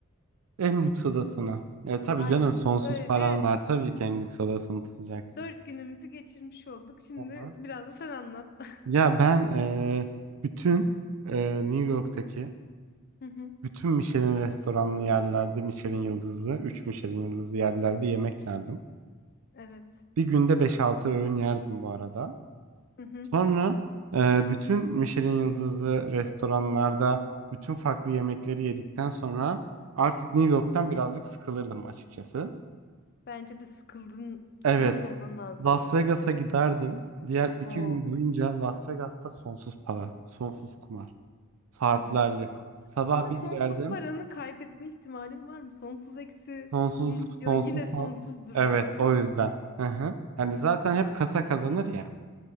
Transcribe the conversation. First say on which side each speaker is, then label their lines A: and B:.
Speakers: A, on the right; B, on the left.
A: En lüks odasını. E, tabii
B: Aynen.
A: canım sonsuz
B: Böylece
A: paran var. Tabii ki en lüks odasını tutacaksın.
B: Dört günümüzü geçirmiş olduk. Şimdi
A: Hı-hı.
B: biraz da sen anlat. <laughs>
A: Ya ben e, bütün e, New York'taki
B: Hı hı,
A: bütün Michelin restoranlı yerlerde Michelin yıldızlı, üç Michelin yıldızlı yerlerde yemek yerdim.
B: Evet.
A: Bir günde beş altı öğün yerdim bu arada.
B: Hı hı.
A: Sonra e, bütün Michelin yıldızlı restoranlarda bütün farklı yemekleri yedikten sonra artık New York'tan birazcık sıkılırdım açıkçası.
B: Bence de sıkıldın, sıkılmış
A: Evet,
B: olman lazım.
A: Las Vegas'a giderdim. Diğer iki
B: O
A: gün boyunca Las Vegas'ta sonsuz para, sonsuz kumar. Saatlerce.
B: sonsuz kumar.
A: Sabah
B: Ama
A: bir
B: sonsuz
A: girerdim.
B: paranı kaybetme ihtimalin var mı? Sonsuz eksi
A: Sonsuz,
B: bir milyon
A: sonsuz,
B: yine sonsuzdur
A: son- Evet,
B: gerçi
A: o
B: ama.
A: yüzden. Hı hı. Yani zaten hep kasa kazanır ya.